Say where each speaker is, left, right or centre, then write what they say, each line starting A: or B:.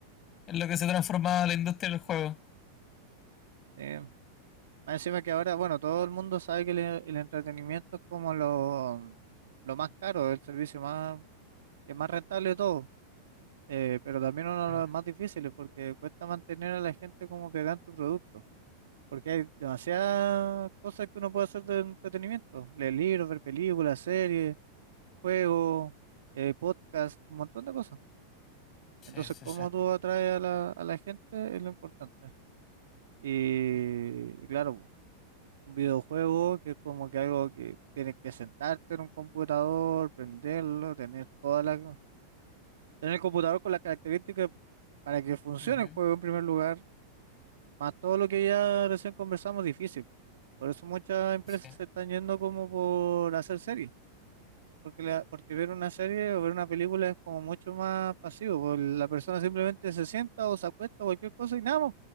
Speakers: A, on the left; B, on the right.
A: en lo que se transforma la industria del juego.
B: Eh, más encima que ahora, bueno, todo el mundo sabe que el, el entretenimiento es como lo, lo más caro, el servicio más, que es más rentable de todo, eh, pero también uno
A: Ujú.
B: de los más difíciles porque cuesta mantener a la gente como pegada en tu producto, porque hay demasiadas cosas que uno puede hacer de entretenimiento, leer libros, ver películas, series, juegos, eh, podcasts, un montón de cosas.
A: Sí,
B: Entonces,
A: sí,
B: cómo
A: sí.
B: tú atraes a la, a la gente es lo importante. Y claro, Un videojuego que es como que algo que tienes que sentarte en un computador, prenderlo, tener toda la, tener el computador con las características para que funcione
A: Ujú,
B: el juego en primer lugar, más todo lo que ya recién conversamos, difícil. Por eso muchas empresas
A: Sí,
B: se están yendo como por hacer series, porque, la- porque ver una serie o ver una película es como mucho más pasivo, porque la persona simplemente se sienta o se acuesta o cualquier cosa y nada más,